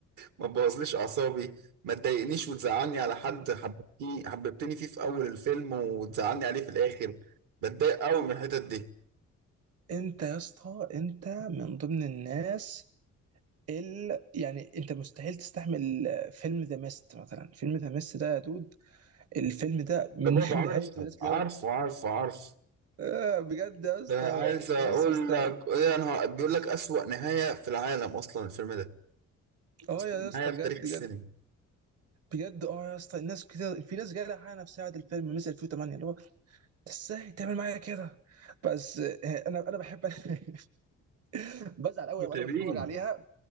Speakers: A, on the right; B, on the right.
A: ما تبوظليش اعصابي ما تضايقنيش وتزعلني على حد حببتني حببتني فيه في اول الفيلم وتزعلني عليه في الاخر بتضايق قوي من الحتت دي
B: انت يا اسطى انت من ضمن الناس ال... يعني انت مستحيل تستحمل فيلم ذا ميست مثلا فيلم ذا ميست ده يا دود الفيلم ده من
A: ده بابا
B: <laughs>
A: عارفه
B: نهايته ناس كده
A: عارفه
B: أوي،
A: عارفه عارفه
B: آه بجد يا اسطى
A: ده عايز
B: انت
A: اقول
B: بس مستحيل
A: لك ايه انا بيقول لك اسوأ نهاية في العالم اصلا الفيلم ده
B: اه
A: اسوأ
B: يا اسطى
A: نهاية في
B: بجد
A: تاريخ السينما
B: بجد بجد اه يا اسطى الناس كده في ناس جايه حقها نفسها بعد الفيلم مثل 2008 اللي هو ازاي تعمل معايا كده بس آه، انا انا بحب <laughs> بزعل قوي
A: متعبين
B: وانا بتفرج عليها